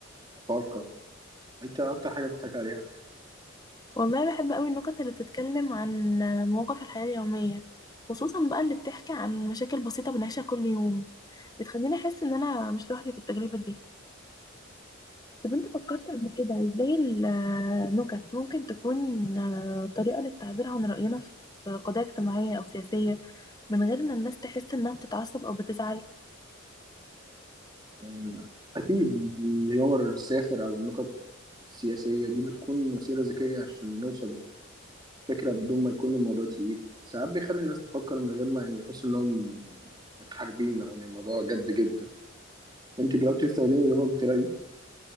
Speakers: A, on the right (about 20°); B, on the left (about 20°).
A: الفارقة أنت أكتر حاجة بتضحك عليها
B: والله بحب أوي النكت اللي بتتكلم عن آه، مواقف الحياة اليومية خصوصا بقى اللي بتحكي عن مشاكل بسيطة بنعيشها كل يوم بتخليني أحس إن أنا مش لوحدي في التجربة دي طب انت فكرت قبل كده ازاي النكت ممكن تكون آه، طريقة للتعبير عن رأينا في قضايا اجتماعية أو سياسية من غير ما الناس تحس انها بتتعصب او بتزعل
A: يعني أكيد الهيومر الساخر أو النكت السياسية دي بتكون وسيلة ذكية عشان نوصل فكرة بدون ما يكون الموضوع تقيل ساعات بيخلي الناس تفكر من غير ما يحسوا إنهم متحاربين أو إن الموضوع جد جدا أنت جربتي تستخدمي الهيومر بالطريقة دي؟